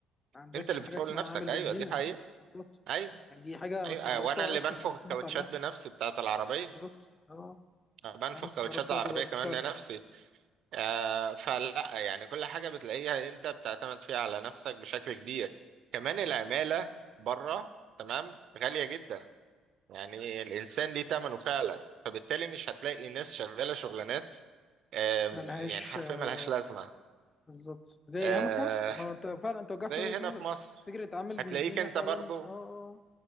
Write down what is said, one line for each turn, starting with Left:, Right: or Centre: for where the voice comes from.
Left: ما عندكش
Right: انت اللي
Left: حاجه
Right: بتفوق
Left: اسمها
Right: لنفسك
Left: عامل
Right: ايوه
Left: بنزينه
Right: دي حقيقة
Left: بالظبط
Right: ايوه
Left: يعني دي حاجه انا
Right: ايوه
Left: استغربتها
Right: وانا اللي
Left: اصلا
Right: بنفخ
Left: لما سمعت
Right: الكاوتشات
Left: عنها
Right: بنفسي بتاعت العربية
Left: بالظبط اه
Right: بنفخ
Left: انا استغربتها
Right: كاوتشات العربية
Left: دي برضه
Right: كمان
Left: فعلا
Right: لنفسي آه، فلا يعني كل حاجة بتلاقيها انت بتعتمد فيها على نفسك بشكل كبير كمان العمالة بره تمام غالية جدا يعني الإنسان ليه تمنه فعلا فبالتالي مش هتلاقي ناس شغالة شغلانات آم،
Left: ملهاش
Right: يعني حرفيا
Left: آه،
Right: ملهاش لازمة
Left: بالظبط زي
Right: آه،
Left: هنا في مصر ما انت فعلا انت وجهت
Right: زي
Left: وجهه
Right: هنا
Left: نظرك
Right: في مصر
Left: فكره عامل بنزينه
Right: هتلاقيك انت
Left: فعلا
Right: برضو
Left: اه اه